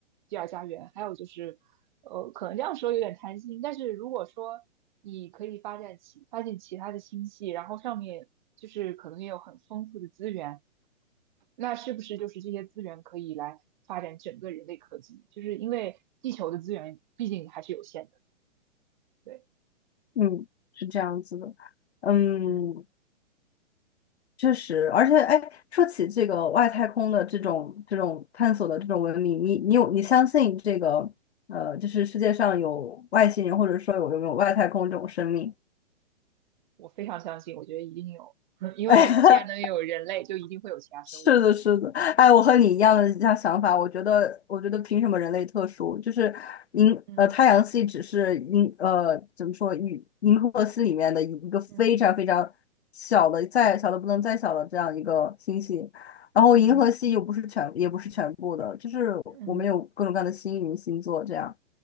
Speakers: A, on the right (about 40°); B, on the left (about 70°).
A: 第二家园，还有就是呃，可能这样说有点贪心，但是如果说你可以发展其发现其他的星系，然后上面就是可能也有很丰富的资源。那是不是就是这些资源可以来发展整个人类科技？就是因为地球的资源毕竟还是有限的。对，
B: 嗯，是这样子的，嗯，
A: 嗯，
B: 确实，而且，哎，说起这个外太空的这种这种探索的这种文明，你你有你相信这个呃，就是世界上有外星人，或者说有有没有外太空这种生命？
A: 我非常相信，我觉得一定有，<laughs> 因为既然能有人类，
B: <laughs>
A: 就一定会有其他生物。
B: 是的，是的，哎，我和你一样的一样想法。我觉得，我觉得凭什么人类特殊？就是银呃，
A: 嗯
B: 太阳系只是银呃怎么说银银河系里面的一个非常非常小的，
A: 嗯
B: 再小的不能再小的这样一个星系。然后银河系又不是全，
A: 嗯
B: 也不是全部的，就是我们有各种各样的星云星座这样。
A: 嗯